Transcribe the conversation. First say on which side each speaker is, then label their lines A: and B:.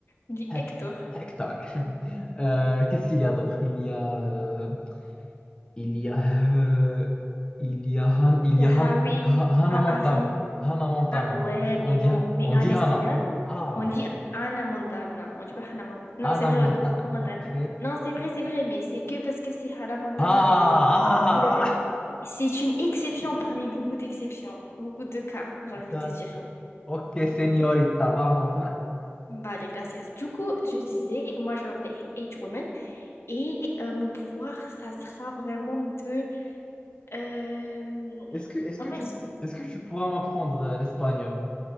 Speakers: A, on the left (about 65°); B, on the left (about 20°).
A: on dit
B: Hect-
A: Hector.
B: Hector. <laughs> Euh, qu'est-ce qu'il y a d'autre? Il y a, euh, il y a, euh, il y a, Han- il
A: Il
B: y
A: y
B: a
A: a
B: Han-
A: Harry,
B: Ha- Hannah
A: Ah,
B: Montana.
A: Harry.
B: Hannah Montana.
A: Ah, ouais,
B: Du coup,
A: mais
B: on dit,
A: bon, mais
B: on
A: en
B: dit
A: espagnol,
B: Hannah. Ah,
A: on dit Ana Montana. On dit pas Hannah Montana. Non,
B: Hannah
A: c'est vrai,
B: Montana.
A: on dit Hannah Montana.
B: Ok.
A: Non, c'est vrai, c'est vrai, mais c'est que parce que c'est Hannah Montana.
B: Ah,
A: Mais pour le reste,
B: ah,
A: c'est une exception parmi beaucoup d'exceptions, beaucoup de cas,
B: <laughs>
A: j'ai envie
B: d'accord.
A: de te dire.
B: Ok, señorita,
A: Ok?
B: vamos. va.
A: Vale, gracias. Du coup, je disais, moi je m'appelle H-Woman et euh, mon pouvoir, ça sera vraiment de. euh,
B: Est-ce que, est-ce
A: en
B: que
A: fait,
B: tu,
A: je-
B: est-ce que tu pourras m'apprendre euh, l'espagnol?